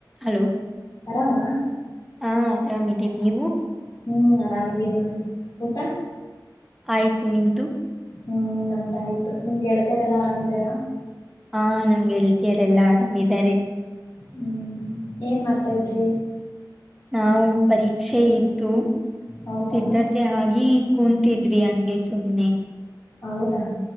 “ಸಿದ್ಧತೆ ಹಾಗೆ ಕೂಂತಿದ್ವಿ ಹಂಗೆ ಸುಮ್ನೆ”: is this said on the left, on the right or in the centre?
Centre